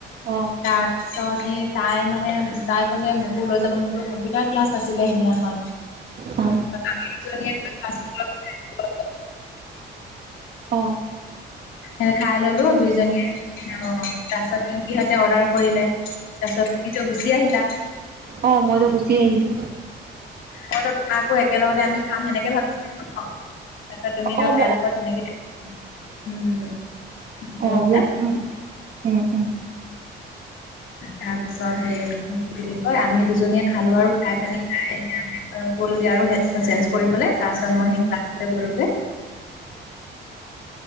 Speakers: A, on the right; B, on the left.
A: অ
B: তাৰ পিছত, সেই তাই মানে তাই ক'লে মোকো লৈ যাব, মোৰতো কম্পিউটাৰ ক্লাছ আছিলে সেইদিনাখন।
A: অ
B: আমি দুজনীয়ে <unintelligible>
A: অ'।
B: এ খাই ল'লো দুইজনীয়ে, তাছত পিংকিহঁতে অৰ্ডাৰ কৰিলে। তাছত, তুমিটো গুচি আহিলা।
A: অ', মইতো গুচি আহিলো।
B: মইটো চাহটো একেলগতে আমি খাম, সেনেকে ভাবিছিলো ন, তাছত তুমি ধৰ
A: অ
B: তাই
A: ম
B: লগত মই তেনেকে, উম। গুচি
A: অ',
B: আহিলা।
A: মোৰ, উম, উম, উম।
B: তাৰপিছত, সেই কি বুলি কয়, আমি দুজনীয়ে খালো আৰু খাই-পানি <unintelligible> অ', গ'লগে আৰু হেডফোন চেঞ্জ কৰিবলৈ, তাৰপিছত মই সেই ক্লাছলৈ গ'লোগে। <inaudible>